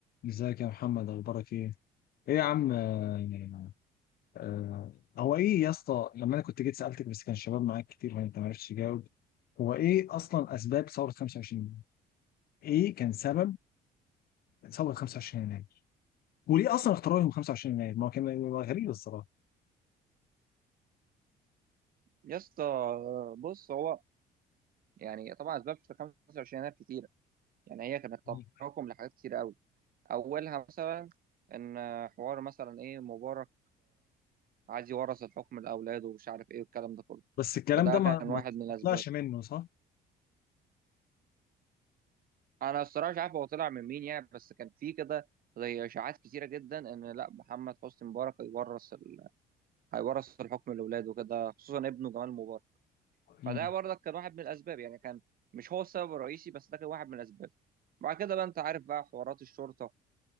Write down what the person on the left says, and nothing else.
ازيك يا محمد اخبارك ايه؟ ايه يا عم آه، آه، هو ايه يا اسطى لما انا كنت جيت سالتك بس كان الشباب معاك كتير وانت ما عرفتش تجاوب هو ايه اصلا اسباب ثوره 25 ايه كان سبب ثوره 25 يناير؟ وليه اصلا اختاروا يوم 25 يناير؟ ما هو كان هو غريب الصراحه
مم.
بس الكلام
ده
ما ما
ما طلعش منه صح؟
امم